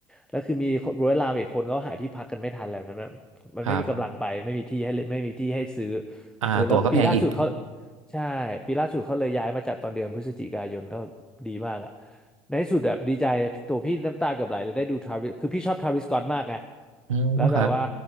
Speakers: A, in the centre; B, on the right (about 80°).
A: แล้วคือมีคนร้อยลามอีกคนก็หาที่พักกันไม่ทันแล้วนะมันมันไม่มีกำลังไปไม่มีที่ให้เล่นไม่มีที่ให้ซื้อ
B: ครับอ่าตั๋วก็แพงอีก
A: เออแล้วปีล่าสุดเขาใช่ปีล่าสุดเขาเลยย้ายมาจัดตอนเดือนพฤศจิกายนก็ดีมากอ่ะในที่สุดแบบดีใจตัวพี่น้ำตาเกือบไหลเลยได้ดูทราวิสคือพี่ชอบทราวิสสก็อตมากไง
B: โอ้ครับ
A: แล้วแบบว่า